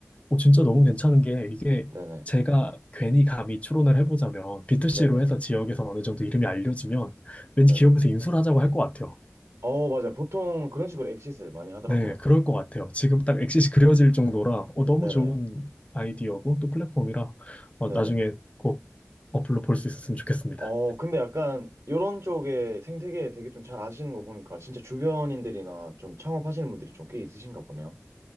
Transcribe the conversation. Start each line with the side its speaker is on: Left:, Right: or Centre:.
Left: 어, 진짜 너무 괜찮은 게 이게
Right: 네네.
Left: 제가 괜히 감히 추론을 해보자면 B2C로
Right: 네네.
Left: 해서 지역에서 어느 정도 이름이 알려지면 왠지
Right: 네네.
Left: 기업에서 인수를 하자고 할 것 같아요.
Right: 어, 맞아요. 보통 그런 식으로 엑싯을 많이 하더라고요.
Left: 네, 그럴 것 같아요. 지금 딱 엑싯이 그려질 정도라 어, 너무
Right: 네네.
Left: 좋은 아이디어고 또 플랫폼이라 어,
Right: 네네.
Left: 나중에 꼭 어플로 볼 수 있었으면 좋겠습니다.
Right: 어, 근데 약간 이런 쪽의 생태계 되게 좀 잘 아시는 거 보니까 진짜 주변인들이나 좀 창업하시는 분들이 좀 꽤 있으신가 보네요.